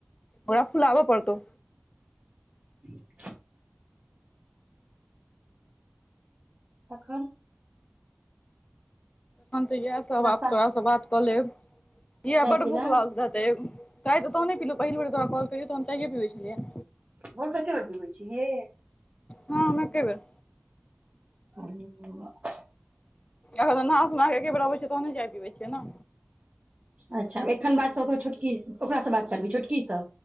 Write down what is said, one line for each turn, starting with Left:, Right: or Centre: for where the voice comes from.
Left: ओकरा फूलाबऽ पड़तौ
Right: <unintelligible> तखन
Left: हम तऽ इएहसब
Right: नाश्ता
Left: आब तोरासे बात कऽ लेब किया
Right: चाय
Left: बड्ड
Right: पीलौं
Left: भूख लागल रहतै चाय तह ओतह नहि पीलहुँ पहि बे तोरा कॉल केलियो त हम चाययए पीबै छलियै
Right: भोरका क एकै बेर पीबै छीहि
Left: हँ हम एके बेर
Right: ओ- अ -
Left: अखन नहा सुना क एके बेर अब छीयै तहने चाय पीबै छियै ना
Right: अच्छा एखन बात कक छोटकी ओकरासँ बात करबी छोटकीसँ